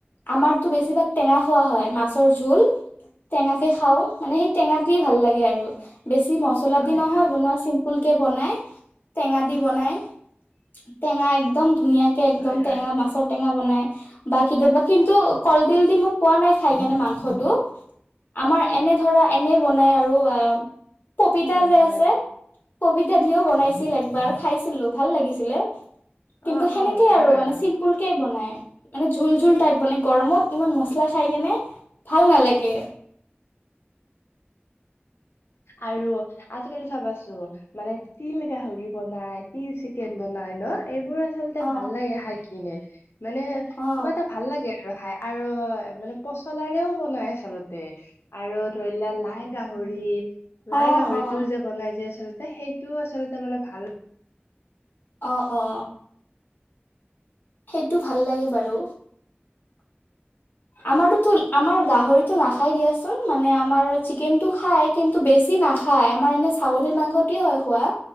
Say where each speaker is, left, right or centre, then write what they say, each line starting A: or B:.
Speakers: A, on the left (about 55°); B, on the left (about 85°).
A: আমাৰতো বেছিভাগ টেঙা খোৱা হয়, মাছৰ জোল। টেঙাকে খাও মানে সেই টেঙটোয়ে ভাল লাগে আৰু বেছি মছলা
B: হয়
A: দি নহয় বনোৱা চি্প ফুলকে বনায়, টেঙা দি বনায়। টেঙা একদম ধুনীয়াাকে একদম
B: হয়
A: টেঙা
B: হয়
A: মাছত ঔটেঙা বনাই বা কেতিয়াবা কিন্তু কলডিল দি মই পোৱা নাই খাই কেনে মাংস হেতু। আমাৰ এনে ধৰা এনে বনাই আৰু আ পপিতা
B: হয়
A: যে
B: হয়
A: আছে? পপিতা দিও বনাইছিল একবাৰ খাইছিলোঁ, ভাল লাগিছিল। <unintelligible> কিন্তু
B: অ
A: হেনেকেই
B: অ হয়
A: আৰু
B: বাৰু
A: মানে চিম্পুল কৈ বনাই। মানে জোল-জোল টাইপ বনাই গৰমত ইমান মচলা খাই কেনে ভাল নালাগে।
B: আৰু আজিকালি চাবাচোন মানে তিল গাহৰি বনাই, তিল চিকেন বনাই ন? এইবোৰ আচলতে
A: অ
B: ভাল লাগে খাই কিনে মানে
A: অ
B: কিবা এটা ভাল লাগে আৰু খাই আৰু মানে পচলাৰেও বনাই আচলতে। আৰু ধৰি লোৱা লাই গাহৰি, লাই
A: অ
B: গাহৰিটোও
A: অ
B: যে বনাই যোয় আচলতে সেই টোও আচলতে মানে ভাল
A: অ', অ'। সেইটো ভাল লাগে বাৰু।
B: । <inaudible>
A: আমাৰোতো আমাৰ গাহৰিতটো নাখাই দিয়াচোন মানে আমাৰ চিকেন টো খাই কিন্তু বেছি নাখায়, আমাৰ এনে ছাগলীৰ মাংসটে হয় খোৱা।